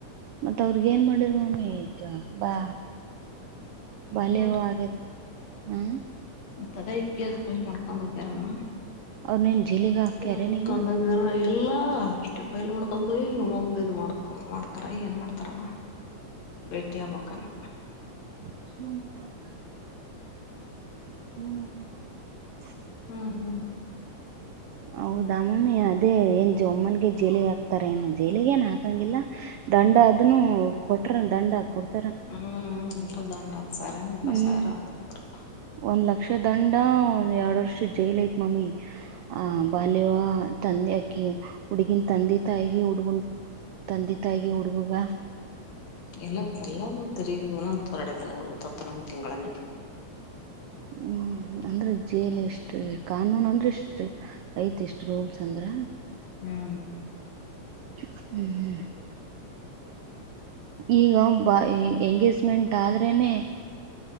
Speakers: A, on the right (about 80°); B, on the left (about 65°).
A: ಮತ್ತ್ ಅವ್ರಗ ಏನ್ ಮಾಡಿದರ್ ಮಾಮಿ ಈಗ ಬಾ ಬಾಲ್ಯ
B: ಏನ್
A: ವಿವಾಹ ಆಗಿದೆ ಹಾ.
B: ತದ ಇಕ್ಕೇಲ್ ಫೈಲ್ ಮಾಡ್ಕೋಬೇಕ್ ಯಾರನ್ನ.
A: ಅವ್ರ ನೀನ್ ಜೀಲಿಗ
B: <unintelligible>
A: ಹಾಕ್ಯಾರೇನ ಈಗ
B: ಎಲ್ಲ ಹಾ ಅಷ್ಟೇ ಪೈಲ್ ಮಾಡ್ಕೊಂಡ ಈ ಒಂದ್ ಇ ಮಾಡ್ ಮಾಡ್ತಾರ ಏನ್ ಮಾಡ್ತಾರವ. ಭೇಟಿಯಾಗಬೇಕೇನ.
A: <inaudible> <unintelligible>
B: ಹ್ಮ್ ಹ್ಮ್
A: ಹೌದ ಮಮ್ಮಿ ಅದೇ ಏನ್ ಒಮ್ಮನ್ಗೆ ಜೈಲಿಗ್ ಹಾಕ್ತಾರ ಏನು ಜೀಲಿಗೆನ್ ಹಾಕಂಗಿಲ್ಲ. ದಂಡ ಅದನ್ನು ಕೊಟ್ರೆ ದಂಡ ಹಾ ಕೊಡ್ತ
B: ಹ್ಮ್ ನನನ ಎಷ್ಟ ದಂಡ ಹತ್ತು ಸಾವಿರನೊ ಇಪ್ಪತ್
A: ಹ್ಮ್
B: ಸಾವಿರನೋ ಅಂದ್ರು.
A: ಒಂದ್ ಲಕ್ಷ ದಂಡ ಒಂದ್ ಎರಡು ವರ್ಷ ಜೈಲ್ ಐತ್ ಮಮ್ಮಿ ಆ ಬಾಲ್ಯ ವಿವಾಹ ತಂದೆ ಅಕಿ. ಹುಡುಗಿನ್ ತಂದೆ ತಾಯಿಗೆ ಹುಡುಗನ್ ತಂದೆ ತಾಯಿಗೆ ಹುಡುಗುಗ.
B: ಎಲ್ಲ ಎಲ್ಲ ತಿರುಗಿ ಒನೊಂದ ಹೊರಡ ದಿನ ಉಳತ್ತನೊಂದ ತಿಂಗಳನ್ನೇ.
A: ಹ್ಮ್ ಅಂದ್ರೆ ಜೇಲ್ ಎಷ್ಟು ಕಾನೂನ್ ಅಂದ್ರೆ ಎಷ್ಟ ಐತಿ ಇಷ್ಟ್ ರೂಲ್ಸ್ ಅಂದ್ರ.
B: ಹ್ಮ್
A: ಹ್ಮ್ ಹ್ಮ ಈಗ ಬ ಎಂಗೇಜ್ಮೆಂಟ್ ಆದ್ರೇನೆ.